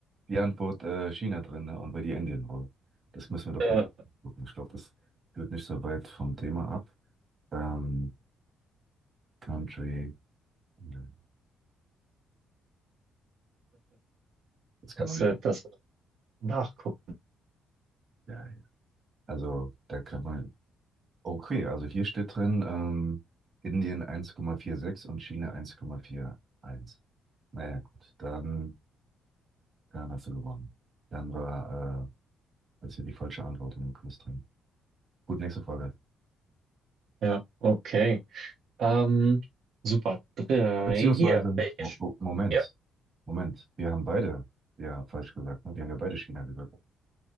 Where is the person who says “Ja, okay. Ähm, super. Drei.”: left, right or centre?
Right